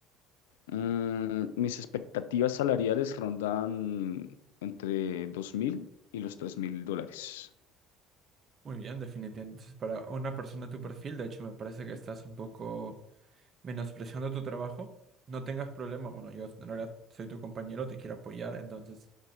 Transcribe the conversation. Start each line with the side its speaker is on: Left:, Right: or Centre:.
Left: Mm, mis expectativas salariales rondan entre 2.000 y los 3.000 dólares.
Right: Muy bien, definitivamente. Entonces, para una persona de tu perfil, de hecho, me parece que estás un poco menospreciando tu trabajo. No tengas problema. Bueno, yo en realidad soy tu compañero, te quiero apoyar. Entonces,